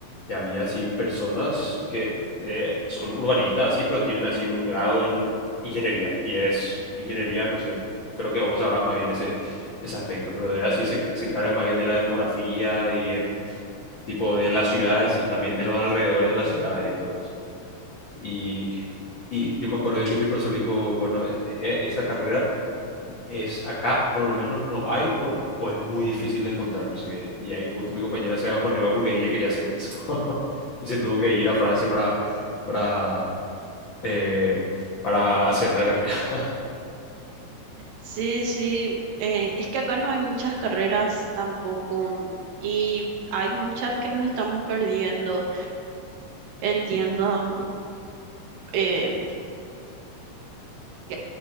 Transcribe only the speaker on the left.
Y había así personas que eh, son urbanistas así, pero tienen así un grado en ingeniería, y es ingeniería, no sé, creo que vos sabrás más bien ese ese aspecto, pero de así se, se encarga más bien de la demografía y el tipo de las ciudades y también de los alrededores de las ciudades y todo eso. Y, y yo me acuerdo que mi profesor dijo, bueno, e- e, esa carrera es acá, por lo menos no hay o, o es muy difícil de encontrar, no sé qué. Y ahí justo mi compañera se bajoneó porque ella quería hacer eso <laughs> y se tuvo que ir a Francia para, para, eh, para hacer la carrera. <laughs>